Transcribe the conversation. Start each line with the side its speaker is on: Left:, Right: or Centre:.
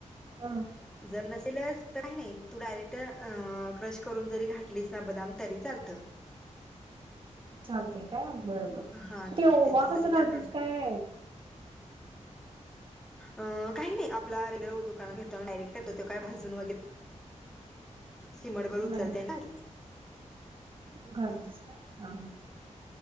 Right: हा
Centre: जर नसेलच तर काय नइ तु डायरेक्ट क्रश करून जरी घाटलीस ना बदाम तरी चालतं
Right: चालतय काय बरं बर
Centre: हा चाल
Right: ते ओवा
Centre: त्याच्यासाठी
Right: कसं
Centre: काय
Right: घालतीस
Centre: प्रॉब्लेम
Right: काय
Centre: अ काही नाइ आपला रिलव दुकानात <unintelligible> डायरेक्ट त्यो काय भाजून वगैरे चिमट भर उचलतय
Right: नाही
Centre: ना भारी
Right: घालतीस
Centre: ह
Right: काय हा